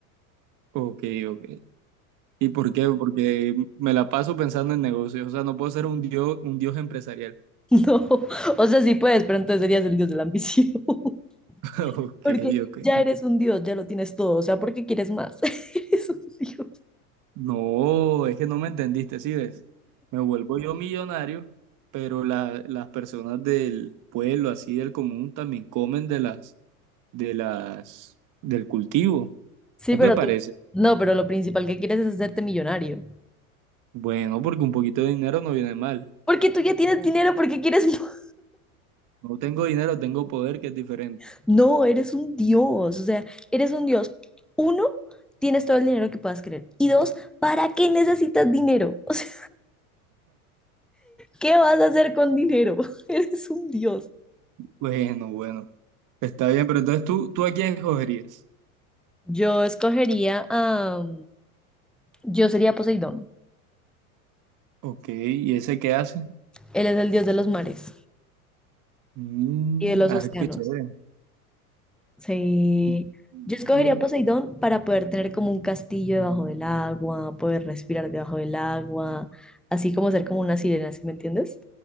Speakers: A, on the right; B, in the centre.
A: Ok, ok. ¿Y por qué? Porque me la paso pensando en negocios. O sea, no puedo ser un dios, un dios empresarial.
B: <laughs> No, o sea, sí puedes, pero entonces serías el dios de la ambición. <laughs>
A: <laughs> Ok,
B: Porque
A: ok.
B: ya eres un dios, ya lo tienes todo. O sea, ¿por qué quieres más? <laughs> Eres un dios.
A: No, es que no me entendiste, ¿sí ves? Me vuelvo yo millonario, pero la- las personas del pueblo, así del común, también comen de las, de las, del cultivo.
B: Sí,
A: ¿No
B: pero
A: te parece?
B: tú. No, pero lo principal que quieres es hacerte millonario.
A: Bueno, porque un poquito de dinero no viene mal.
B: Porque tú ya tienes dinero, porque quieres. más?
A: No tengo dinero, tengo poder, que es diferente.
B: <laughs> No, eres un dios. O sea, eres un dios. Uno, tienes todo el dinero que puedas querer. Y dos, ¿para qué necesitas dinero? <laughs> O sea, ¿qué vas a hacer con dinero? <laughs> Eres un dios.
A: Bueno, bueno. Está bien, pero entonces tú, ¿tú a quién escogerías?
B: Yo escogería a. yo sería Poseidón.
A: Ok, ¿y ese qué hace?
B: Él es el dios de los mares
A: Mm,
B: y de los
A: ah,
B: océanos.
A: qué chévere.
B: Sí.
A: Y,
B: Yo escogería
A: mm,
B: Poseidón para poder tener como un castillo debajo del agua, poder respirar debajo del agua, así como ser como una sirena, ¿sí me entiendes?